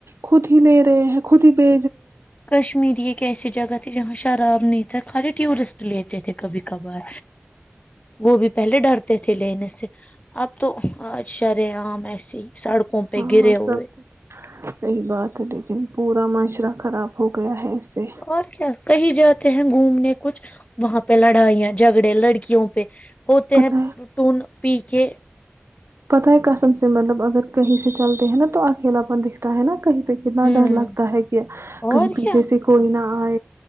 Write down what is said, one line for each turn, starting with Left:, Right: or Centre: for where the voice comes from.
Right: خود ہی لے رہے ہیں کتی پی
Left: کشمیری ایسی جگہ تھی جہاں شراب نہیں تھا خالی ٹورسٹ لیتے تھے کبھی کبھار وہ بھی پہلے ڈرتے تھے لینے سے اب تو آج شرے عام ایسے ہی سڑکوں
Right: ہاں
Left: پہ گرے ہوئے
Right: سب کچھ صحیح بات ہے د پورا مشہورہ طرح خراب ہو گیا ہے اس سے
Left: اور کیا کہیں جاتے ہیں گھومنے کچھ وہاں پہ لڑائیاں جھگڑے لڑکیوں پہ ہوتے
Right: پت
Left: ہیںٹون
Right: ہے
Left: پی کے
Right: پت ہے کسم سے مطلب اگر کہیں سے چلتے ہیں نا تو اکیلاپن دکھتا ہے نا کہیں کتنا
Left: ہوں
Right: ڈر لگتا ہے کیا
Left: اور
Right: کہیں پیچھے
Left: کیا
Right: سے کوئی نہ اور